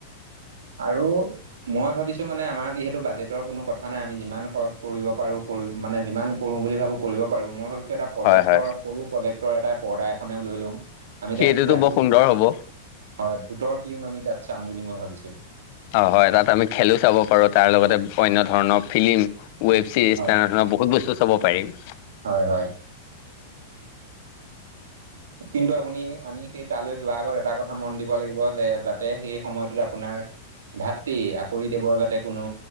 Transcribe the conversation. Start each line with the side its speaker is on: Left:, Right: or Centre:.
Right: আৰু মই ভাবিছো মানে আমাৰ যিহেতু বাজেটৰ কোনো কথা নাই আমি যিমান খৰচ কৰিব পাৰো কৰো মানে যিমান। কৰো বুলি ভাবো কৰিব পাৰো মই ভাবিছো এটা প্ৰজেক্টৰ
Left: হয় হয়
Right: সৰু প্ৰজেক্টৰ এটা পৰ্দা এখনেও লৈ ল'ম। আমি
Left: সেইটোতো
Right: তাত ৰাতি
Left: বৰ সুন্দৰ হ'ব
Right: হয় ভোতৰ ফিল্ম আমি তাত চাম বুলি মই ভাবিছো।
Left: অ হয় তাত আমি খেলো চাব পাৰো তাৰ লগতে অনন্য ধৰণৰ ফিল্ম। ৱেব ছিৰিজ
Right: হয়
Left: তেনেধৰণৰ বহুত বস্তু চাব পাৰিম।
Right: হয় হয়। কিন্তু আপুনি আমি সেই, তালৈ যোৱাৰ আগত এটা কথা মন দিব লাগিব যে যাতে সেই সময়টোত আপোনাৰ। ভাতৃ আকৌ ৰি দেৱৰ যাতে, কোনো